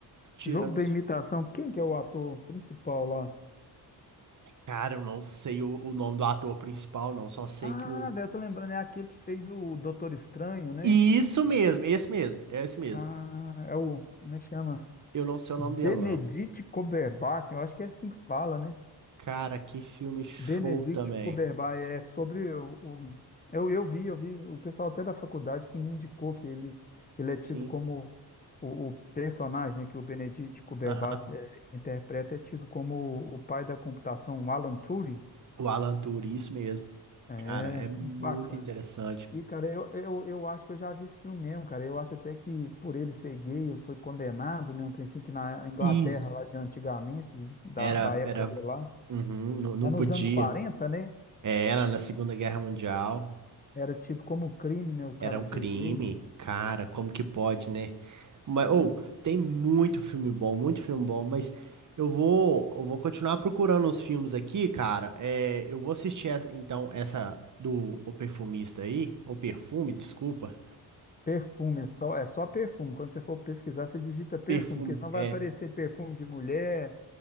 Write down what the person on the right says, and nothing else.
Tirando
os...
Cara, eu não sei o, o nome do ator principal, não, só sei
que o
Isso mesmo, esse mesmo, é esse mesmo.
Eu não sei o
nome dele não.
Cara, que filme show
também.
Sim.
Aham.
O Alan Turing, isso mesmo.
Cara, é muito
interessante.
Isso.
Era,
era,
uhum, não, não
podia.
É, Era na Segunda Guerra Mundial.
Era um
crime.
Cara, como que pode, né? Mas,
ou, tem muito filme bom, muito filme bom, mas eu vou, eu vou continuar procurando os filmes aqui, cara. É, eu vou assistir, essa, então, essa do O Perfumista aí, O Perfume, desculpa.
Perfume.
É,